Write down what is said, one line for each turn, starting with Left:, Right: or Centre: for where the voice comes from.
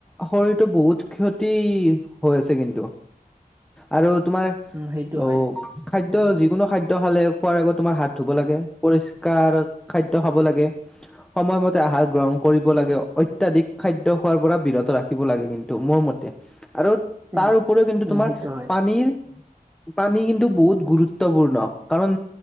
Centre: শৰীৰটো বহুত ক্ষতি <unintelligible> হৈ আছে কিন্তু আৰু তোমাৰ
Right: উম সেইটো
Centre: অ',
Right: হয়
Centre: খাদ্য যিকোনো খাদ্য খালে খোৱাৰ আগত তোমাৰ হাত ধুব লাগে, পৰিষ্কাৰ খাদ্য খাব লাগে, সময়মতে আহাৰ গ্ৰহণ কৰিব
Right: উম
Centre: লাগে অত্যাধিক খাদ্য খোৱাৰ পৰা বিৰত ৰাখিব লাগে কিন্তু, মোৰ মতে। <unintelligible> আৰু
Right: উম
Centre: তাৰ উপৰিও কিন্তু
Right: উম
Centre: তোমাৰ
Right: সেইটো হয়
Centre: পানীৰ পানী কিন্তু বহুত গুৰুত্বপূৰ্ণ, কাৰণ